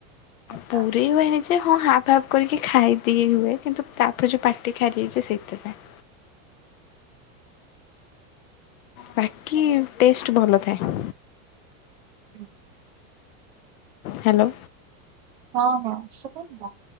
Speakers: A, on the right (about 50°); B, on the left (about 70°).
A: ଖାଇପାରେ
B: ପୁରେଇ ହୁଏନି ଯେ ହଁ ହାଫ୍ ହାଫ୍ କରିକି ଖାଇଦେଇ ହୁଏ କିନ୍ତୁ ତାପରେ ଯଉ ପାଟି ଖାରିଆ ହେଇଯାଏ ସେଇଥିପାଇଁ। ବାକି ଟେଷ୍ଟ୍ ଭଲ ଥାଏ।
A: ହୁଁ।
B: ହାଲୋ।
A: ହଁ -ହଁ ଶୁଭୁଚି ନା?